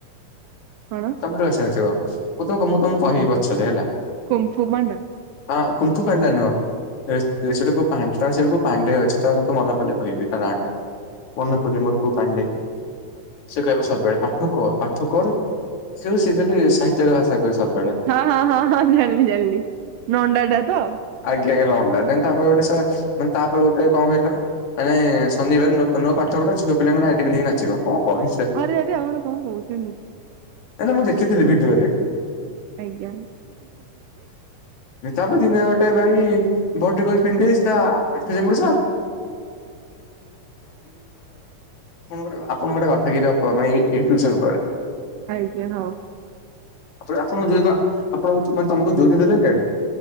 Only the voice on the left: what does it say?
କେମିତି ଏଠେ ଆସିବ? ମୁଁ ତମକୁ ମୁଁ ତମକୁ କହିବି ପଛରେ ହେଲା।
ହଁ କୁମ୍ପୁ ପାଣ୍ଡେ ନୁଅଁ ହେସ୍ ତେସୁଟାକୁ ପାଁସ୍ ଟା ହେଇସାରିଲାକୁ ପାଣ୍ଡେ ଅଛି ତ ମୁଁ ତୁ ମନେ ପଡିଲେ କହିବି ତା ନାଁ ଟା। ମନକୁ ନିମରକୁ ପାଣ୍ଡେ। ସେ କହିବ ସବୁବେଳେ ପାଠ କର୍ ପାଠ କର୍ ସେ ସିଏ ଖଲି ସାହିତ୍ୟରେ ଭାଷା କୁହେ ସବୁବେଳେ।
ଘେ ଲଗ୍ ଡା ଦେନ୍ ତାପରେ ଗୋଟେ ସା ମାନେ ତାପରେ ଗୋଟେ କଣ କହିଲ ମାନେ ଶନିବାର ନୂଆ ପ୍ ନୂଆ ପାଠ ଗୋଟେ ଝିଅ ପିଲାମାନେ ନାଇଟୀ ପିନ୍ଧିକି ନାଚିବ। କଣ କହିଛି ତାକୁ
ଆରେ ମୁଁ ଦେଖିଥିଲି ଭିଡିଓରେ।
ତାପ ଦିନେ ଗୋଟେ ଭାଇ ଭଡି ଗଞ୍ଜି ପିନ୍ଧି ଦେଇଚି ତା ଆ <inaudible> ଆପଣ ଗୋଟେ ଆପଣ ଗୋଟେ ବାପା କି ବାପ ମ ଏହି ଏହି ଟିଉସନ ପରେ
ଆପଣ ଆପଣ <inaudible> ଆପଣ ଯୋଉଁ <inaudible>